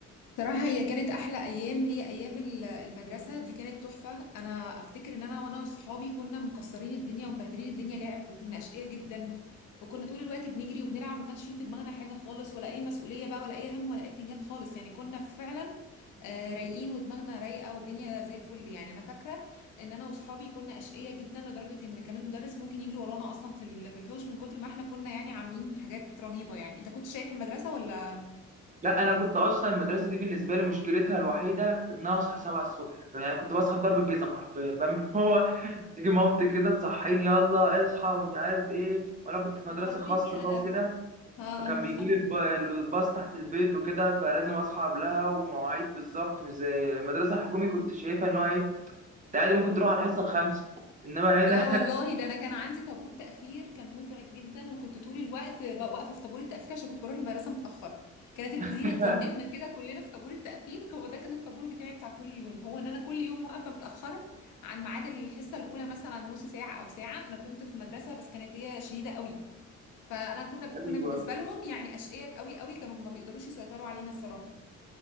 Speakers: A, on the left (about 80°); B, on the right (about 25°).
A: صراحة هي كانت أحلى أيام هي أيام ال- المدرسة دي كانت تحفة أنا أفتكر إن أنا وأنا وصحابي كنا مكسرين الدنيا ومبهدلين الدنيا لعب وكنا أشقياء جدا وكنا طول الوقت بنجري وبنلعب ما كانش في في دماغنا حاجة خالص ولا أي مسؤولية بقى ولا أي هم ولا أي بتنجان خالص يعني كنا فعلا آه، رايقين ودماغنا رايقة والدنيا زي الفل يعني أنا فاكرة إن أنا وصحابي كنا أشقياء جدا لدرجة إن كان المدرس ممكن يجري ورانا أصلا في ال- في الحوش من كتر ما إحنا كنا يعني عاملين حاجات رهيبة يعني أنت كنت شايف المدرسة ولا
B: لا انا كنت اصلا المدرسه دي بالنسبه لي مشكلتها الوحيده ان انا اصحى 7 الصبح يعني كنت بصحى بضرب الجزم حرفيا بقى من <laughs> هو تيجي مامتي كده تصحيني يلا اصحى ومش عارف ايه وانا كنت في
A: فكرتني
B: مدرسه خاصه بقى
A: أنا
B: وكده
A: آه
B: فكان بيجي لي الب- الباص تحت البيت وكده فلازم اصحى قبلها ومواعيد بالظبط مش زي المدرسه الحكومي كنت شايفها ان هو ايه انت عادي ممكن تروح على الحصه الخامسه انما هنا
A: لا والله ده انا كان عندي طابور تاخير كان مزعج جدا وكنت طول الوقت بقى واقفه في طابور التاخير عشان كنت بروح المدرسه متاخره كانت المديره
B: <laughs>
A: تذنبنا كده كلنا في طابور التاخير هو ده كان الطابور بتاعي بتاع كل يوم هو ان انا كل يوم واقفه متاخره عن ميعاد الحصه الاولى مثلا نص ساعه او ساعه انا كنت في مدرسه بس كانت هي شديده قوي فانا كنا
B: ايوه
A: كنا بالنسبه لهم يعني اشقياء قوي قوي كانوا ما بيقدروش يسيطروا علينا الصراحه